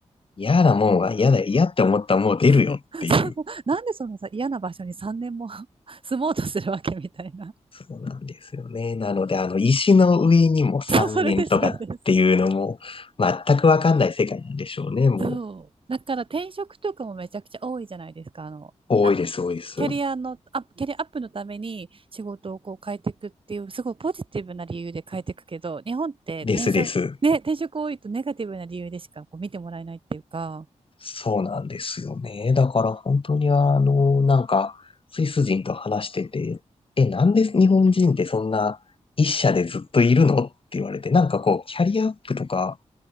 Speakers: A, on the left; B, on the right.
A: 嫌なもんは嫌だよ、嫌って思ったらもう出るよっていう。
B: <laughs> そうそう。なんでそのさ、嫌な場所に3年も <laughs> 住もうとするわけみたいな。
A: そうなんですよね。なので、あの、石の上にも3年とかっていうのも、
B: <laughs> そう、それです、それです。
A: 全くわかんない世界なんでしょうね。も
B: そう。だから転職とかもめちゃくちゃ多いじゃないですか。あの、
A: う、多いです、
B: あ
A: 多いです。
B: キャリアの、アップキャリアアップのために仕事をこう変えていくっていう、すごいポジティブな理由で変えていくけど、日本って転職、
A: ですです。
B: ね、転職多いとネガティブな理由でしかこう見てもらえないっていうか、
A: そうなんですよね。だから本当にあの、なんか、スイス人と話してて、え、なんで日本人ってそんな一社でずっといるのって言われて、なんかこう、キャリアアップとか、